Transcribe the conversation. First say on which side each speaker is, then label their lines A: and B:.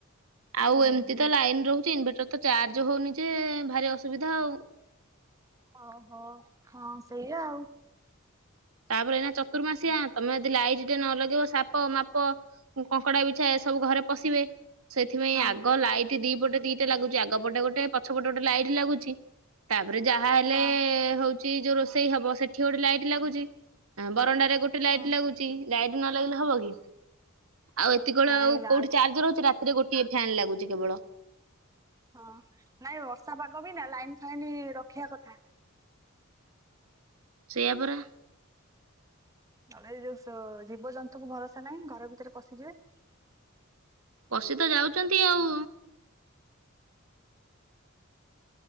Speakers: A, on the right (about 85°); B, on the right (about 15°).
A: ଆଉ
B: ହୁଁ
A: ଏମିତି
B: ହୁଁ
A: ତ ଲାଇନ ରହୁଛି ଇନଭଟର ତ ଚାର୍ଜ ହଉନି ଯେ ଭାରି ଅସୁବିଧା ଆଉ?
B: ଓହୋ ହଁ ସେଇଆ ଆଉ।
A: ତାପରେ ଏଇନା ଚତୁର୍ମାସିଆ ତମେ ଯଦି ଲାଇଟ୍ ଟେ ନ ଲଗେଇବ ସାପ ମାପ କଙ୍କଡା ବିଛା ଏ ସବୁ ଘରେ ପଶିବେ ସେଥିପାଇଁ
B: ହଁ
A: ଆଗ ଲାଇଟ୍ ଦି ପଟେ ଦିଟା ଲାଗୁଛି ଆଗପଟେ ଗୋଟେ ପଛପଟେ ଗୋଟେ ଲାଇଟ୍ ଲାଗୁଛି ତା ତାପରେ ଯାହା ହେଲେ
B: ହଁ
A: ହଉଛି ଯୋଉ ରୋଷେଇ ହବ ସେଠି ଗୋଟେ ଲାଇଟ ଲାଗୁଛି ବରଣ୍ଡାରେ। ଗୋଟେ ଲାଇଟ
B: ହୁଁ।
A: ଲାଗୁଛି, ଲାଇଟ ନ ଲାଗିଲେ ହବ କି? ଆଉ ଏତିକଳେ
B: ନାଇଁ
A: ଆଉ
B: ରାଜ
A: କୋଉଠି ଚାର୍ଜର ହଉଛି ରାତି। ରେ ଗୋଟିଏ ଫ୍ୟନ୍ ଲାଗୁଛି କେବଳ।
B: ହଁ ନାଇଁ ବର୍ଷା ପାଗ ବି ନା ଲାଇନ ଫାଇନ୍ ରଖିବା କଥା।
A: ସେଆ ପରା।
B: ନହେଲେ ଏ ଯୋଉ ଜୀବଜନ୍ତୁ କୁ ଭରସା ନାହିଁ ଘର ଭିତରେ ପଶିଯିବେ।
A: ପସି ତ ଯାଉଛନ୍ତି ଆଉ। <inaudible>